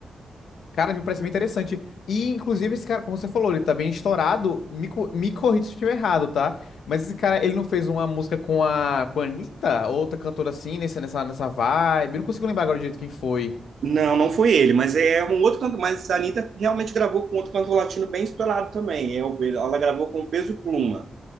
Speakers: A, on the left (about 80°); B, on the right (about 70°).
A: Cara, me parece bem interessante. E, inclusive, esse cara, como você falou, ele tá bem estourado. Me, co- me corrija se eu estiver errado, tá? Mas esse cara, ele não fez uma música com a, com a Anitta? Outra cantora assim, nesse, nessa, nessa vibe? Eu não consigo lembrar agora direito quem foi.
B: Não, não foi ele, mas é um outro canto, mas a Anitta realmente gravou com outro cantor latino bem estourado também. É, o- ela gravou com o Peso Pluma.